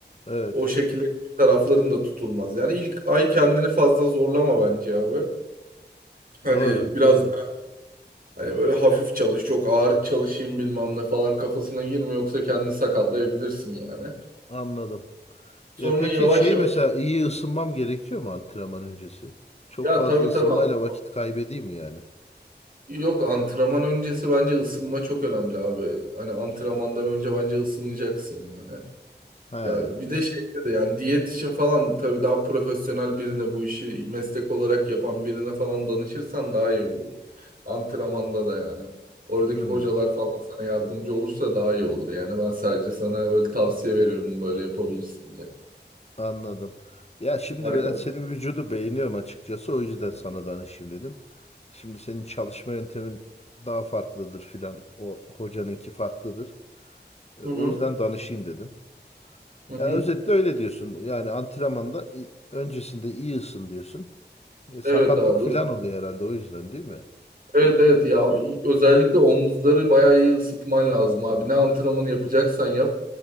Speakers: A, on the left; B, on the right.
A: Evet.
B: O şekilde tarafların da tutulmaz. Yani ilk ay kendini fazla zorlama bence abi. Hani
A: Doğru.
B: biraz
A: Doğru.
B: da hani böyle hafif çalış, çok ağır çalışayım bilmem ne falan kafasına girme yoksa kendini sakatlayabilirsin yani.
A: Anladım.
B: Sonra
A: Ya peki
B: yavaş
A: şey
B: yavaş.
A: mesela iyi ısınmam gerekiyor mu antrenman öncesi? Çok
B: Ya
A: fazla
B: tabii
A: ısınmayla
B: tabii antrenman.
A: vakit kaybedeyim mi yani?
B: Yok antrenman öncesi bence ısınma çok önemli abi. Hani antrenmandan önce bence ısınacaksın yani.
A: He.
B: Ya bir de şeyde de yani diyet için falan tabii daha profesyonel birine bu işi meslek olarak yapan birine falan danışırsan daha iyi olur. Antrenmanda da yani. Oradaki
A: Hmm,
B: hocalar falan sana yardımcı olursa daha iyi olur yani. Ben sadece sana öyle tavsiye veriyorum böyle yapabilirsin diye.
A: anladım. Ya şimdi
B: Harika.
A: ben <laughs> senin vücudu beğeniyorum açıkçası. O yüzden sana danışayım dedim. Şimdi senin çalışma yöntemin daha farklıdır filan. O hocanınki farklıdır. E,
B: Hı
A: O
B: hı.
A: yüzden danışayım dedim.
B: Hı hı.
A: Ya özetle öyle diyorsun. Yani antrenmanda i- öncesinde iyi ısın diyorsun. E, sakatlık
B: Evet abi.
A: filan oluyor herhalde o yüzden değil mi?
B: Evet evet ya özellikle omuzları bayağı iyi ısıtman lazım abi. Ne antrenmanı yapacaksan yap.